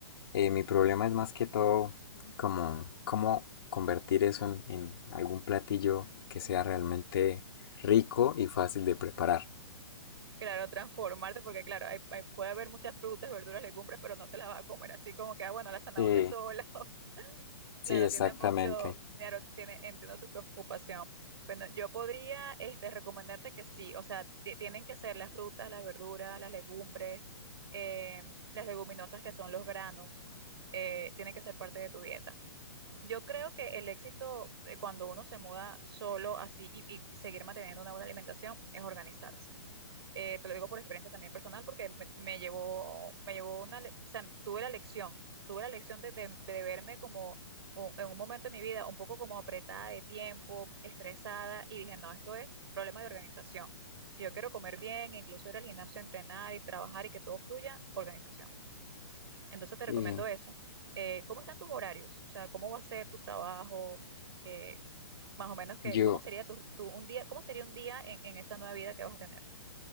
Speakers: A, on the left (about 60°); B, on the right (about 65°).
A: eh, mi problema es más que todo como cómo convertir eso en, en algún platillo que sea realmente rico y fácil de preparar.
B: Claro, transformarte, porque claro, hay, hay- puede haber muchas frutas, verduras, legumbres, pero no te las vas a comer así como que, ah, bueno, la zanahoria
A: Sí,
B: sola. <laughs> o-
A: sí,
B: Claro,
A: exactamente.
B: tiene mucho, claro, tiene, entiendo tu preocupación. Bueno, yo podría, este, recomendarte que sí, o sea, ti- tienen que ser las frutas, las verduras, las legumbres, eh, las leguminosas que son los granos, eh, tienen que ser parte de tu dieta. Yo creo que el éxito eh, cuando uno se muda solo así y y seguir manteniendo una buena alimentación es organizarse eh, te lo digo por experiencia también personal, porque me, me llevó, me llevó una, le- o sea, tuve la lección, tuve la lección de, de- de verme como o- en un momento de mi vida un poco como apretada de tiempo, estresada, y dije, no, esto es problema de organización. Si yo quiero comer bien, incluso ir al gimnasio, a entrenar y trabajar y que todo fluya, organización. Entonces te recomiendo
A: Y
B: eso. Eh, ¿cómo están tus horarios? O sea, ¿cómo va a ser tu trabajo? Eh, más o menos que,
A: yo,
B: ¿cómo sería tu, tu- un día, cómo sería un día en en esa nueva vida que vas a tener?